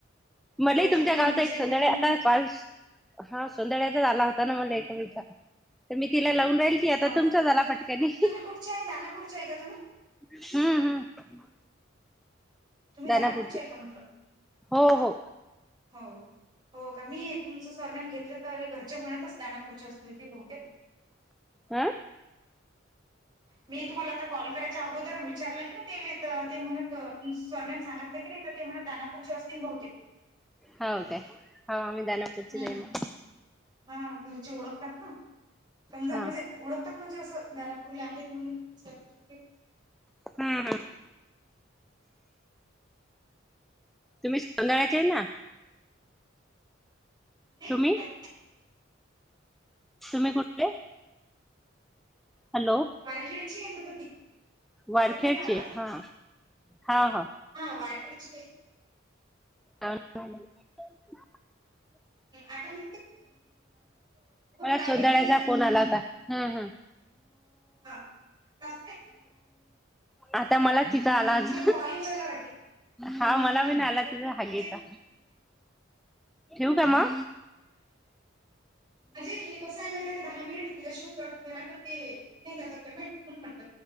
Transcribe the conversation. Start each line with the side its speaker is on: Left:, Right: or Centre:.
Centre: म्हटलं
Right: हो का
Centre: तुमच्या
Right: कोणी
Centre: गावचा
Right: विजय
Centre: एक सध्या
Right: हागे म्हणून
Centre: आता कॉल हा सोंदळ्याचा झाला होता ना मला एक विच तर मी तिला लावून राहील की आता
Right: हो
Centre: तुमचा
Right: का
Centre: झाला
Right: तू
Centre: फटकनी
Right: तुम्ही कुठचे आहे दानापूरचे आहे का तुम्ही
Centre: हम्म हम्म
Right: तुम्ही
Centre: दानापूरची
Right: खानापूरच्या आहे का म्हटलं
Centre: हो हो
Right: हो हो का मी तुमचं सरनेम घेतले तर हे घरचे म्हणतच दनापूरचे असतील ते बहुते
Centre: हम
Right: मी तुम्हाला आता कॉल करायच्या अगोदर विचारलं की ते ते म्हणत स्वर्नेम सांगत नाही नाही ते दानापूरच्या वस्ती बहुते
Centre: हो काे हा विधानपूजितन
Right: हम्म हम्म. हा घरचे ओळखतात ना समजा
Centre: हा
Right: म्हणजे ओळखतात म्हणजे असं दारापुरला आहेत म्हणून सरनेम.
Centre: हम्म तुम्ही कंगळाचे ना
Right: नाही
Centre: तुम्ही
Right: बा
Centre: तुम्ही कुठले हॅलो
Right: वारखेडची आहे म्हटलं तिकडं
Centre: वारखेडचे
Right: येत नाही का आवाज
Centre: हा हा हा.
Right: हा वरकरीच
Centre: <unintelligible>
Right: ह.
Centre: मला
Right: पाहिले
Centre: सोंदळ्याचा
Right: की
Centre: फोन आला होता हम ह.
Right: हा. काय
Centre: आता मला तिथं आला
Right: तुम्हाला
Centre: अज
Right: कॉल येऊ राहिला वाटते
Centre: हा मला पण आला तिचा हाग यचा
Right: ते
Centre: ठेऊ का म
Right: म्हणज हे कस आहे माहिती का दहा मिनिट रजेशन करला ते त्या पेमेंट म्हणून म्हण.